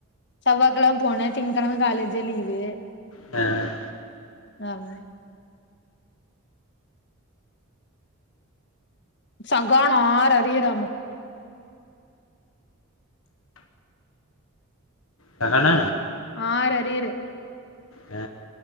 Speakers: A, on the left; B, on the left.
A: செவ்வாக்கெழம் போன திங்கெழம காலேஜே லீவு
B: அ
A: ஆமா சகானா ஆறு அறியறாமா
B: சகான
A: ஆறு அறியறு
B: ஆ